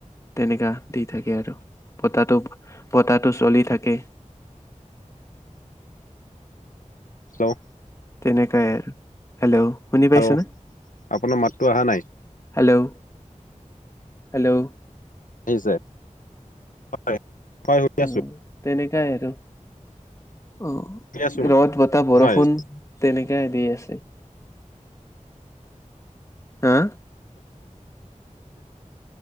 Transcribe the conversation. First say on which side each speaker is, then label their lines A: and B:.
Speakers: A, on the left; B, on the left.
A: তেনেকা দি থাকে আৰু বতাহটো বতাহ টো চলি থাকে।
B: হেল্ল'
A: তেনেকে আৰু হেল্ল' শুনি পাইছোনে
B: হেল্ল' আপোনাৰ মাতটো অহা নাই
A: হেল্ল' হেল্ল'
B: শুনি আছে হয় শুনি আছো
A: উ তেনেকাই আৰু অ
B: শুনি আছো মই
A: ৰদ বতাহ বৰষুণ
B: হয়
A: তেনেকাই দি আছে। হা